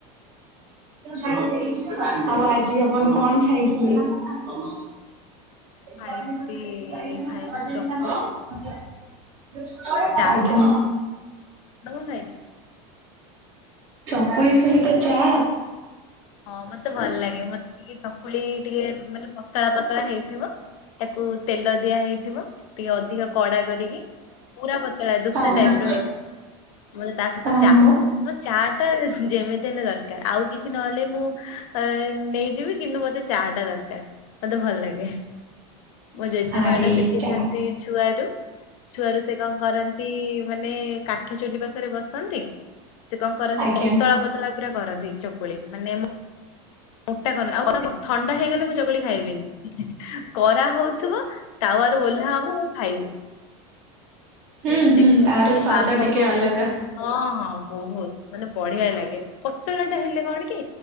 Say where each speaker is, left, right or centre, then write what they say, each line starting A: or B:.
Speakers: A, on the right; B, on the left.
A: ଆଉ ଆଜି ଆପଣ କଣ ଖାଇଥିଲେ? <unintelligible> <unintelligible>
B: ଖାଇଛି ଖାଇଛି ଚକୁଳି ଚା
A: ଆଜ୍ଞା।
B: ଖାଇଛି <unintelligible>
A: ଚକୁଳି ସହିତ ଚା।
B: ହଁ ମତେ ଭଲ ଲାଗେ, ମତେ ଟିକେ ଚକୁଳି ଟିକେ ମାନେ ପତଳା ପତଳା ହେଇଥିବ। ତାକୁ ତେଲ ଦିଆ ହେଇ ଥିବ, ଟିକେ ଅଧିକ କଡା କରିକି ପୁରା ପତଳା ଦୋସା
A: ହଁ ହଁ।
B: ଟାଇପ ର ହେଇଥିବ। ମୋର ତା ସହିତ
A: ଓହୋ।
B: ଚା ମୁଁ ଚା ଟା ଯେମିତି ହେଲେ ଦର କାର ଆଉ କିଛି ନହେଲେ ମୁଁ ଅ ନେଇଯିବି କିନ୍ତୁ ମତେ ଚା ଟା ଦରକାର। ମତେ ଭଲ ଲାଗେ। ମୋ ଜେଜେମା
A: ଆରେ
B: ଏଟା ଶିଖେଇଛନ୍ତି
A: ଚା
B: ଛୁଆରୁ। ଛୁଆରୁ ସେ କଣ କରନ୍ତି ମାନେ କା ଠ ଚୁଲି ପାଖରେ ବସନ୍ତି। ସେ କଣ କରନ୍ତି
A: ଆଜ୍ଞା।
B: ପତଳା ପତଳା ପୁରା କରନ୍ତି ଚକୁଳି ମାନେ ମୋଟା କର ଆଉ ଥଣ୍ଡା ହେଇଗଲେ ମୁଁ ଚକୁଳି ଖାଇବିନି। କରା ହଉଥିବ ତାୱା ରୁ ଓହ୍ଲା ହବ ମୁଁ ଖାଇବି।
A: ହୁଁ ହୁଁ
B: ସେଥିପାଇଁ
A: ତାର
B: ମତେ
A: ସ୍ଵାଦ
B: ମା ସବୁବେଳେ
A: ଟିକେ ଅଲଗା।
B: ହଁ ହଁ ବହୁତ ମାନେ ବଢିଆ ଲାଗେ। ପତଳା ଟା ହେଲେ କଣ କି